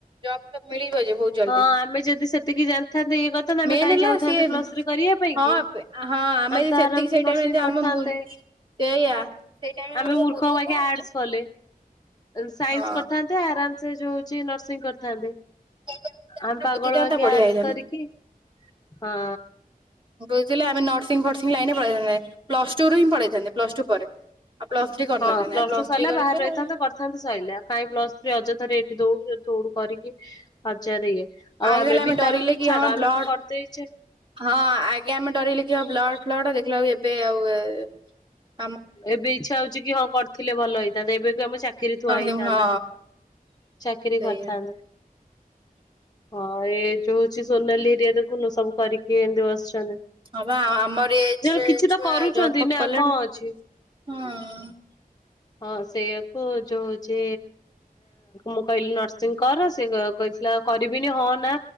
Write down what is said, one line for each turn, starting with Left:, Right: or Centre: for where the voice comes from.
Right: ଜବ୍ ଫବ୍ ମିଳିିବ ଯେ ବହୁତ। ଜଲ୍ଦି
Left: ହଁ ଆମେ ଯଦି ସେତିକି ଜାଣିଥାନ୍ତେ ଇଏ କଥାନ୍ତ ଆମେ
Right: ମେନ୍
Left: କାହିଁ
Right: ହେଲା
Left: ଯାଉଥାନ୍ତେ
Right: ସିଏ
Left: ପ୍ଲସ ରେ କରିବା ପାଇଁ
Right: ହଁ
Left: କି।
Right: ହଁ
Left: ଆମେ
Right: ଯଦି
Left: ତ
Right: ସେତିକି
Left: ଆରାମସେ
Right: ସେଇ ଟାଇମରେ
Left: ନର୍ସିଂ
Right: ଯଦି
Left: କରିଥାନ୍ତେ।
Right: ଆମ ମୁ ସେଇଆ ସେଇ ଟାଇମରେ
Left: ଆମେ
Right: ଯଦି
Left: ମୂର୍ଖ
Right: ବୁଝିଥାନ୍ତେ
Left: ପାଖେ ଆର୍ଟସ୍ କଲେ। ସାଇନ୍ସ
Right: ହଁ
Left: କରିଥାନ୍ତେ ଆରାମ ସେ ଯୋଉ ହଉଛି ନର୍ସିଂ କରିଥାନ୍ତେ।
Right: ସେଇ ଟାଇମରେ ଯଦି
Left: ଆମେ
Right: ଆମର
Left: ପାଗଳ
Right: ବୁଝିଥାନ୍ତା
Left: ବାଗେ
Right: ବଢିଆ
Left: ଆର୍ଟସ
Right: ହେଇଥାନ୍ତା।
Left: କରିକି ହଁ।
Right: ବୁଝିଲଥିଲେ ଆମେ ନର୍ସିଂ ଫର୍ସିଂ ଲାଇନ ପଢେଇଥାନ୍ତେ ପ୍ଲସ ଟୁ ର ହିଁ ପାଇଥାନ୍ତ ପ୍ଲସ ଟୁ ପରେ। ଆଉ ପ୍ଲସ ଥ୍ରୀ କରିନଥାନ୍ତେ
Left: ହଁ ପ୍ଲସ
Right: ଆମେ
Left: ଟୁ ସରିଲା
Right: ଥ୍ରୀ କରିଛେ
Left: ବାହାରେ ରହିଥାନ୍ତେ
Right: ଆଉ ହଁ।
Left: କରିଥାନ୍ତତା ସରା କାଇଁ ପ୍ଲସ ଥ୍ରୀ ଅଯଥାରେ ଏଇଠି ଦଉୁ ଯି। ଉଡୁ କରିକି ହଜାର ଏ ଆଉ
Right: ଆଗେ
Left: ଆମେ
Right: ଖାଲି
Left: ବି
Right: ଡରିଲେ
Left: ତ ତ
Right: କି
Left: ଛାଡ
Right: ହଁ
Left: ଆମେ
Right: ବ୍ଲଡ
Left: ବି କରିଦେଇଛେ।
Right: ହଁ ଆଜ୍ଞା ଆମେ ଡରିଲେଖ ବ୍ଲଡ ଫ୍ଲଡ ଦେଖିଲା ବ ଏବେ ଆଉ -
Left: ଏବେ ଇଚଛା ହଉଛି କି ହଁ କରିଥିଲେ ଭଲ ହେଇଥାନ୍ତା ଏବେ କି ଆମ ଚାକିରି ଥୁଆ
Right: ନର୍ସିଂ
Left: ହେଇଥାନ୍ତା
Right: ହଁ
Left: ଚାକିରୀ
Right: ସେଇଆ।
Left: କରିଥାନ୍ତେ। ହଁ ଏଇ ଯୋଉ ହଉଛି ସୋନାଲି ଏିରିଆ ଦେଖୁନୁ ସବୁ କରିକି ଏମିତି ବସିଛନ୍ତି।
Right: ହବା ଆଉ ଆମର ଏଜ
Left: ଯେ
Right: ରେ
Left: କିଛି ତ
Right: ଛୁଆ
Left: କରୁଛନ୍ତି
Right: ଜପ୍ ଅପ
Left: ନା
Right: କଲେଣି।
Left: କଣ ଅଛି
Right: ହଁ
Left: ହଁ ସେଇଆାକୁ ଯୋଉ ହଉଛି ମୁଁ କହିଲି ନର୍ସିଂ କର ସେ ନାଁ କରିବିନି ହଁ ନାଁ